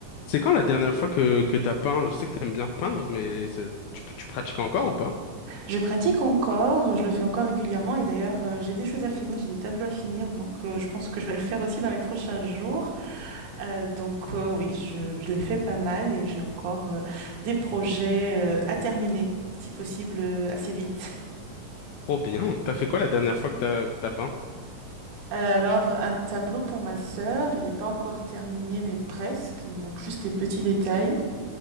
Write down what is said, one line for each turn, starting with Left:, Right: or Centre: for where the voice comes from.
Left: C'est quand la dernière fois que, que t'as peint? Je sais que t'aimes bien peindre, mais c'est- tu, tu pratiques encore ou pas?
Right: Je pratique encore, je le fais encore régulièrement et d'ailleurs euh, j'ai des choses à finir, j'ai des tableaux à finir donc euh, je pense que je vais le faire aussi dans les prochains jours. Euh, donc euh, oui, je, je l'ai fait pas mal et j'ai encore euh, des projets euh, à terminer, si possible euh, assez vite.
Left: Oh bien. T'as fait quoi la dernière fois que t'as que t'as peint?
Right: Euh, alors un tableau pour ma sœur, il n'est pas encore terminé mais presque, il me manque juste des petits détails.